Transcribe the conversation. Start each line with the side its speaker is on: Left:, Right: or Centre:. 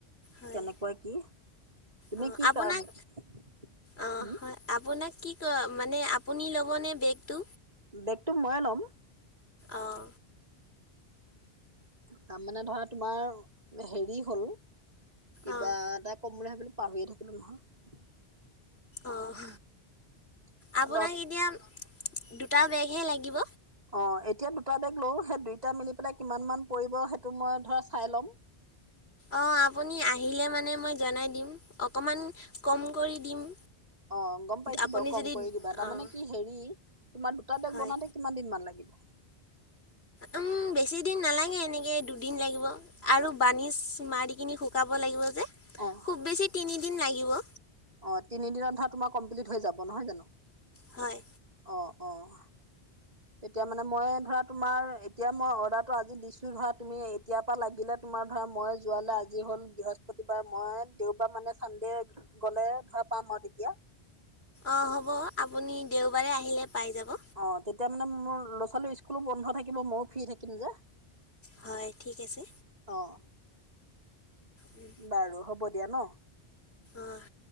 Left: হয়
Right: কেনেকুৱা কি তুমি
Left: অঁ
Right: কি
Left: আপোনাক
Right: কা হুম।
Left: অঁ হয় আপোনাক কি কয় মানে আপুনি ল'বনে বেগটো?
Right: বেগতটো ময়ে ল'ম।
Left: অঁ।
Right: তাৰ মানে ধৰা তোমাৰ হেৰি হ'ল, কিবা
Left: অঁ
Right: এটা কম বুলি ভাবিলো পাহৰিয়ে থাকিলো নহয়।
Left: অহ,
Right: নহয়
Left: আপোনাক এতিয়া দুটা বেগহে লাগিব।
Right: অঁ, এতিয়া দুটা বেগ লওঁ। সেই দুইটা মিলি পেলাই কিমান মান পৰিব সেইটো মই ধৰা চাই ল'ম।
Left: অঁ, আপুনি আহিলে মানে মই জনাই দিম অকণমান কম কৰি দিম।
Right: অঁ, গম পাইছো
Left: আপুনি
Right: বাৰু কম
Left: যদি
Right: কৰি দিবা। তাৰনানে
Left: অঁ
Right: কি হেৰি তোমাৰ দুটা বেগ
Left: হয়
Right: বনাওঁতে- কিমান দিন মান লাগিব?
Left: উম, বেছি দিন নালাগে এনেকে দুদিন লাগিব। আৰু বাৰ্নিচ মাৰি কিনি শুকাব লাগিব যে
Right: অ
Left: খুব বেছি তিনিদিন লাগিব।
Right: অঁ, তিনি দিনত ধৰা তোমাৰ কমপ্লিট হৈ যাব, নহয় জানো?
Left: হয়।
Right: অঁ, অঁ। তেতিয়া মানে মই ধৰা তোমাৰ এতিয়া মই অৰ্ডাৰটো আজি দিছো। ধৰা তুমি এতিয়াৰ পৰা লাগিলে- তোমাৰ ধৰা মই যোৱালৈ আজি হ'ল বৃহস্পতিবাৰ মই দেওবাৰ মানে চানদে- গ'লে ধৰা পাম মই তেতিয়া।
Left: অঁ, হ'ব আপুনি দেওবাৰে আহিলে পাই যাব।
Right: অঁ, তেতিয়া মানে মোৰ ল'ৰা- ছোৱালী স্কুলো বন্ধ থাকিব, মইয়ো ফ্ৰী থাকিম যে।
Left: হয়, ঠিক আছে।
Right: অঁ।
Left: উম।
Right: বাৰু হ'ব দিয়া ন।
Left: অঁ,